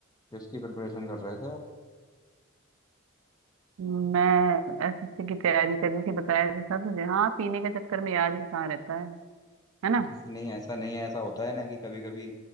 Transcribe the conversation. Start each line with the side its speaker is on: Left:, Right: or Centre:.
Left: किसकी प्रिपरेशन कर रहे थे आप
Right: मैं एसएससी की तैयारी कर रही थी बताया तो था तुझे हाँ पीने के चक्कर में याद ही कहाँ रहता है है ना
Left: नहीं नहीं, ऐसा नहीं है ऐसा होता है ना कि कभी कभी